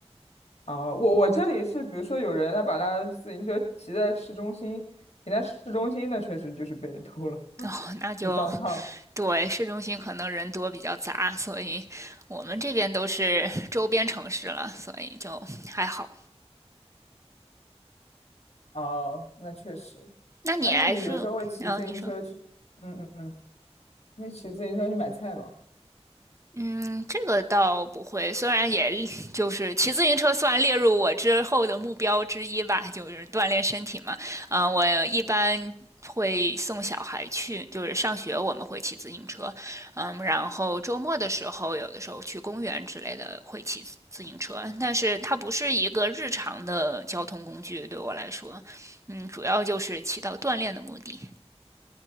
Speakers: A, on the left; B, on the right.
A: 啊，我我这里是，比如说有人他把他自行车骑在市中心，停在市中心，那确实就是被人偷了，
B: 哦，
A: <laughs>
B: 那就
A: 就 downtown。
B: 对，市中心可能人多比较杂，所以我们这边都是周边城市了，所以就还好。
A: 哦，那确实。
B: 那你来说，
A: 啊，那你比如说会骑自行车去，
B: 然后你说。
A: 嗯嗯嗯，会骑自行车去买菜吗？
B: 嗯，这个倒不会，虽然也就是骑自行车算列入我之后的目标之一吧，就是锻炼身体嘛。啊、我一般会送小孩去，就是上学我们会骑自行车，嗯，然后周末的时候，有的时候去公园之类的会骑自自行车，但是它不是一个日常的交通工具，对我来说，嗯，主要就是起到锻炼的目的。